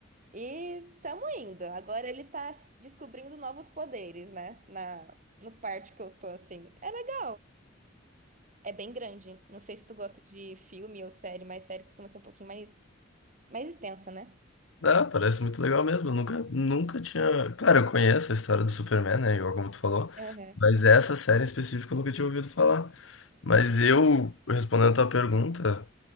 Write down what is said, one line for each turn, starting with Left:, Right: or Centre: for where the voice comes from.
Right: E tamo indo. Agora ele tá se- descobrindo novos poderes, né? Na, no parte que eu tô assim. É legal. É bem grande. Não sei se tu gosta de filme ou série, mas série costuma ser um pouquinho mais, mais extensa, né?
Left: Ah, parece muito legal mesmo. Eu nunca, nunca tinha. Claro, eu conheço a história do Superman, né? Igual como tu falou.
Right: Aham.
Left: Mas essa série em específico eu nunca tinha ouvido falar. Mas eu, respondendo a tua pergunta,